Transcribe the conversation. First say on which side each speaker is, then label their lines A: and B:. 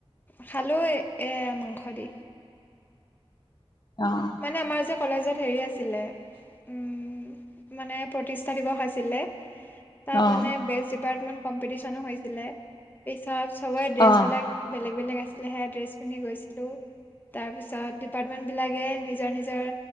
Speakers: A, on the left; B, on the left.
A: খালোঁ এইয়া মাংস দি।
B: অ',
A: মানে আমাৰ যে, কলেজত হেৰি আছিলে উম, মানে প্ৰতিষ্ঠা দিবস আছিলে, তাত
B: অ',
A: মানে বেচ ডিপাৰ্ট কিমান কম্পিটিচনো হৈছিলে, পিছত চবৰে
B: অ',
A: ড্ৰেছ বিলাক বেলেগ-বেলেগ আছিলে, সেইয়া ড্ৰেছ পিন্ধি গৈছিলোঁ। তাৰপিছত ডিপাৰ্টমেণ্ট বিলাকে তাৰ নিজৰ,